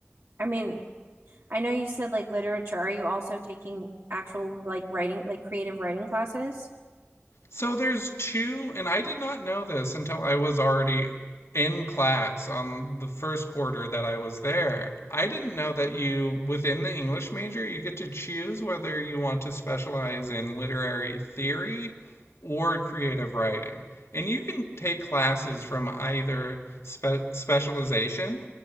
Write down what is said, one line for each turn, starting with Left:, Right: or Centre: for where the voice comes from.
Right: I mean, I know you said like literature. Are you also taking actual like writing, like creative writing classes?
Left: So there's two, and I did not know this until I was already in class on the first quarter that I was there. I didn't know that you, within the English major, you get to choose whether you want to specialize in literary theory or creative writing. And you can take classes from either spe- specialization,